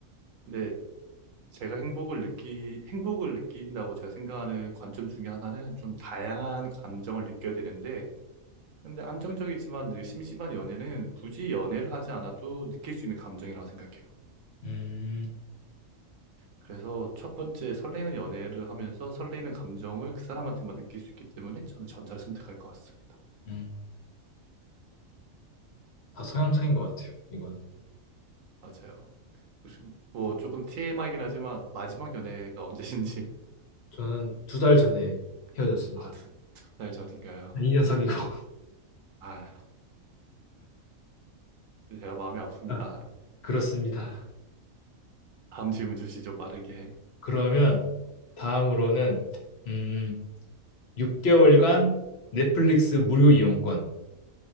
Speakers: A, on the right; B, on the left.
A: 근데 제가 행복을 느끼, 행복을 느낀다고 제가 생각하는 관점 중에 하나는 좀 다양한 감정을 느껴야 되는데, 근데 안정적이지만 늘 심심한 연애는 굳이 연애를 하지 않아도 느낄 수 있는 감정이라고 생각해요.
B: 음,
A: 그래서 첫 번째 설레는 연애를 하면서 설레는 감정을 그 사람한테만 느낄 수 있기 때문에 저는 전자를 선택할 것 같습니다.
B: 음. 다 성향 차이인 것 같아요, 이거는.
A: 맞아요. 혹시 뭐 조금 TMI이긴 하지만 마지막 연애가 언제신지
B: 저는 두 달 전에 헤어졌습니다.
A: <laughs> 아, 두, 두 달 전인가요?
B: 2년 사귀고. <laughs>
A: 아, 제가 마음이 아픕니다.
B: 아, 그렇습니다.
A: 다음 질문 주시죠, 빠르게.
B: 그러면 다음으로는, 음, 6개월간 넷플릭스 무료 이용권